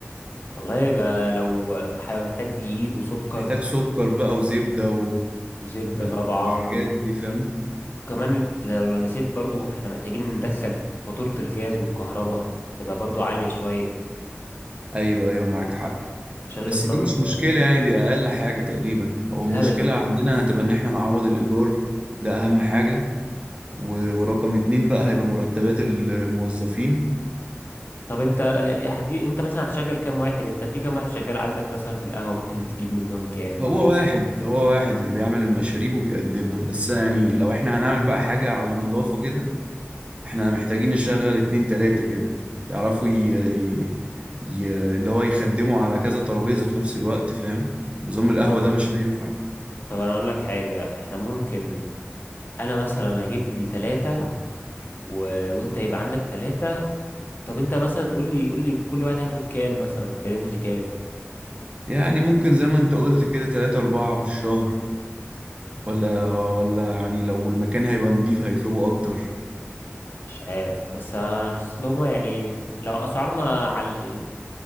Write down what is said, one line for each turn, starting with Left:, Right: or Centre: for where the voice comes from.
Left: والله يبقى لو هيبقى محتاج دقيق وسكر
Right: محتاج سكر بقى وزبدة و...
Left: وزبدة
Right: والحاجات
Left: طبعا
Right: دي فاهم
Left: وكمان لو نسيت برضو احنا محتاجين ندخل فاتورة الجاز والكهرباء هتبقى برضو عالية شوية
Right: ايوه ايوه معاك حق
Left: عشان
Right: بس
Left: الفرن
Right: دي مش مشكلة يعني دي اقل حاجة تقريبا هو
Left: لا
Right: المشكلة
Left: ب...
Right: عندنا هتبقى ان احنا نعوض الايجار ده اهم حاجة و... ورقم اتنين بقى هيبقى مرتبات الموظفين
Left: طب انت هتجي انت مثلا هتشغل كام واحد انت في كام واحد شغال عندك مثلا في القهوة ممكن تجيب منهم كام ولا
Right: هو واحد هو واحد اللي بيعمل المشاريب وبيقدمها بس يعني لو احنا هنعمل بقى حاجة على نظافة كده احنا محتاجين نشغل اتنين تلاتة كده يعرفوا ي... ي... ي... اللي هو يخدموا على كذا ترابيزة في نفس الوقت فاهم نظام
Left: بالظبط
Right: القهوة ده مش هينفع
Left: طب انا اقول لك حاجة احنا ممكن انا مثلا اجيب لي ثلاثة و... وانت يبقى عندك ثلاثة طب انت مثلا تقول لي قول لي كل واحد هياخد كام مثلا في رينج كام
Right: يعني ممكن زي ما انت قلت كده تلاتة أربعة في الشهر ولا ولا يعني لو المكان هيبقى نضيف هيطلبوا أكتر
Left: مش عارف بس انا حاسس لو ما يعني لو اسعارنا على ال-